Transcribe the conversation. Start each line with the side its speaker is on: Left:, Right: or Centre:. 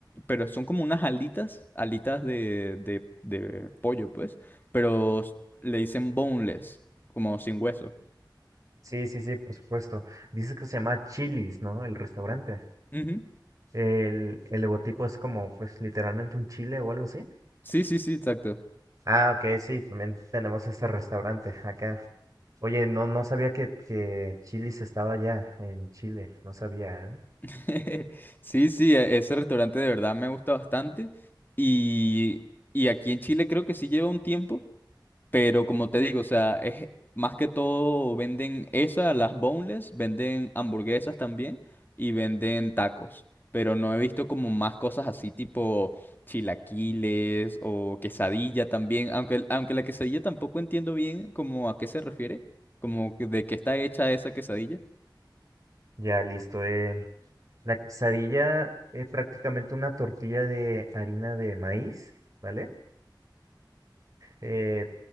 Left: pero son como unas alitas, alitas de, de, de pollo, pues, pero s- le dicen boneless como sin hueso.
Right: Sí, sí, sí, por supuesto. Dices que se llama Chili's, ¿no? El restaurante.
Left: Ujú.
Right: El, el logotipo es como, pues, literalmente un chile o algo así.
Left: Sí, sí, sí, exacto.
Right: Ah, ok, sí, también tenemos este restaurante acá. Oye, no, no sabía que, que Chili's estaba allá en Chile, no sabía, ¿eh?
Left: <laughs> Sí, sí, e- ese restaurante de verdad me gusta bastante. Y, y aquí en Chile creo que sí lleva un tiempo, pero como te digo, o sea, es más que todo venden esa, las boneless, venden hamburguesas también y venden tacos. Pero no he visto como más cosas así tipo chilaquiles o quesadilla también, aunque, aunque la quesadilla tampoco entiendo bien como a qué se refiere, como que- de qué está hecha esa quesadilla.
Right: Ya, listo. eh, la quesadilla es prácticamente una tortilla de harina de maíz, ¿vale? Eh,